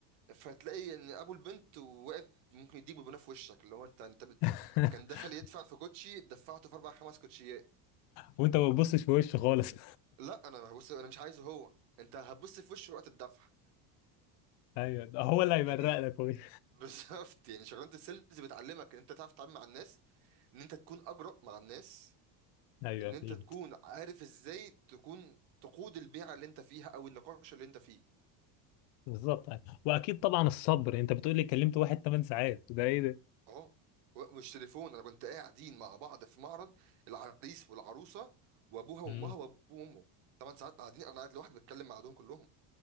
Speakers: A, on the right; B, on the left.
A: فتلاقي ان ابو البنت واقف ممكن يديك ببناه في وشك اللي هو انت انت بت...
B: <laughs>
A: كان دخل يدفع في كوتشي دفعته في اربع خمس كوتشيات
B: وانت ما بتبصش في وشه خالص
A: لا انا هبص انا مش عايزه هو انت هتبص في وشه وقت الدفع
B: <laughs> ايوه ده هو اللي هيبرق
A: يعني <laughs>
B: لك هو. <laughs>
A: بالظبط يعني شغلانه السيلز بتعلمك ان انت تعرف تتعامل مع الناس ان انت تكون اجرأ مع الناس
B: ايوه
A: ان
B: اكيد
A: انت تكون عارف ازاي تكون تقود البيعه اللي انت فيها او النقاش اللي انت فيه
B: بالظبط واكيد طبعا الصبر انت بتقول لي كلمت واحد 8 ساعات ده ايه ده
A: اه و- مش تليفون انا كنت قاعدين مع بعض في معرض العريس والعروسه وابوها وامها
B: مم.
A: وابوه وامه ثمان ساعات قاعدين انا قاعد لوحدي بتكلم مع دول كلهم